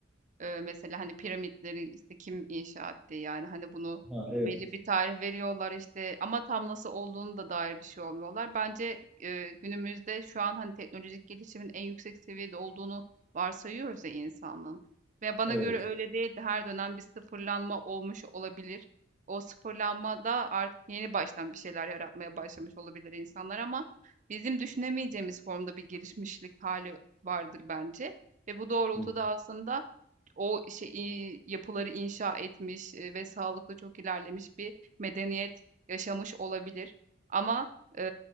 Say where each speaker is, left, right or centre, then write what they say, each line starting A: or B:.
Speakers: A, on the right (about 40°); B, in the centre.
A: Eee, mesela, hani, piramitleri, işte, kim inşa etti? Yani, hani, bunu
B: Ha. Evet,
A: belli bir tarih veriyorlar, işte, ama tam nasıl olduğunu da dair bir şey olmuyorlar. Bence, eee, günümüzde şu an, hani, teknolojik gelişimin en yüksek seviyede olduğunu varsayıyoruz ya insanlığın ve bana
B: evet.
A: göre öyle değildi. Her dönem bir sıfırlanma olmuş olabilir. O sıfırlanmada artık yeni baştan bir şeyler yaratmaya başlamış olabilir insanlar ama bizim düşünemeyeceğimiz formda bir gelişmişlik hali vardır bence ve bu doğrultuda
B: Hı,
A: aslında o şey i- yapıları inşa etmiş e, ve sağlıklı çok ilerlemiş bir medeniyet yaşamış olabilir. Ama e,